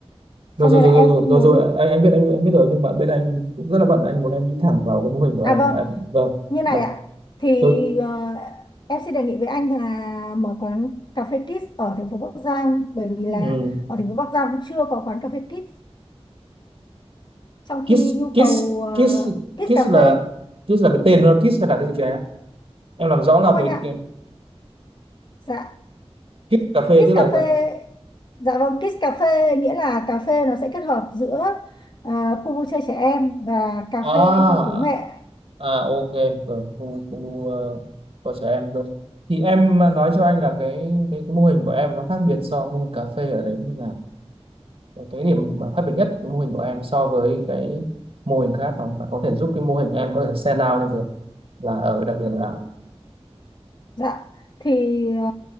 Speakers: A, on the right; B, on the left.
A: rồi
B: cho
A: rồi
B: nên
A: rồi
B: là em
A: rồi
B: cũng
A: rồi,
B: muốn
A: rồi, rồi. Em, em biết anh em biết rồi nhưng mà bên anh cũng rất là bận anh muốn em đi thẳng vào cái mô hình của
B: à
A: em
B: vâng
A: Em- vâng
B: như này
A: mà
B: ạ thì
A: tôi
B: ờ, em sẽ đề nghị với anh là mở quán cà phê Kids ở thành phố Bắc Giang bởi vì là
A: um,
B: ở thành phố Bắc Giang cũng chưa có quán cà phê Kids trong
A: KISS
B: khi nhu
A: KISS
B: cầu ờ,
A: KISS
B: Kids
A: KISS
B: cà
A: là
B: phê
A: KISS là cái tên nó KISS là cái gì kìa em làm rõ là
B: không anh
A: cái,
B: ạ
A: cái
B: dạ
A: KISS cà phê
B: Kids
A: tức là
B: cà
A: sao
B: phê dạ vâng Kids cà phê nghĩa là cà phê nó sẽ kết hợp giữa ờ, khu vui chơi trẻ em và cà
A: à
B: phê cho bố mẹ
A: à ok rồi khu khu uh, của trẻ em rồi thì em nói cho anh là cái cái, cái mô hình của em nó khác biệt so với mô hình cà phê ở đấy như nào cái điểm mà khác biệt nhất cái mô hình của em so với cái mô hình khác mà, mà có thể giúp cái mô hình em có thể stand out lên được là ở cái đặc điểm là
B: Dạ, thì ờ,